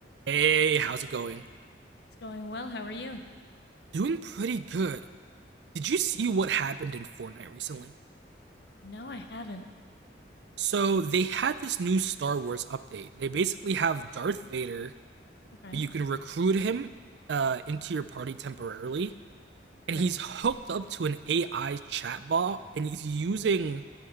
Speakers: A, on the right; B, on the left.
A: Hey, how's it going?
B: It's going well. How are you?
A: Doing pretty good. Did you see what happened in Fortnite recently?
B: No, I haven't.
A: So, they had this new Star Wars update. They basically have Darth Vader.
B: Okay.
A: You can recruit him uh, into your party temporarily, and
B: Right.
A: he's hooked up to an AI chatbot, and he's using